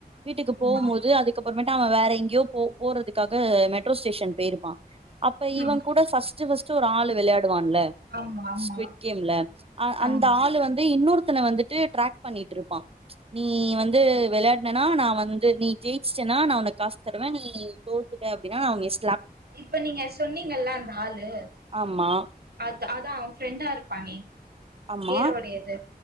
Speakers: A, on the right; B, on the right.
A: வீட்டுக்கு
B: ஆமா
A: போம்போது அதுக்கப்புறமேட்ட அவ வேற எங்க யோ போ போறதுக்காக மெட்ரோ ஸ்டேஷன் போயிருப்பா அப்ப
B: ம்
A: இவங் கூட ஃபஸ்ட் ஃபஸ்ட் ச்சோ ஒரு ஆள் விளையாட் ட்டுவான் இல்ல
B: ஆமா ஆமா
A: சுவீட் கேம்ல அ அந்த
B: ஆமா
A: ஆள் வந்து இன்னொரு த்தன வந்துட்டு டிராக் பண்ணிட்டு இருப்பா நீ வந்து விளையாடனனா நா வந்து நீ ஜெயிச்ட்டேனா நா உனக்கு காசு தருவே நீ தோத்துட்ட அப்டின்னா நா உன் இஷ்
B: இப்ப நீங்க சொன்னீங்கல்ல அந்த ஆளு
A: ஆமா
B: அத அதா அவன் ஃப்ரெண்டா இருப்பானே
A: ஆமா
B: நீீரோடையது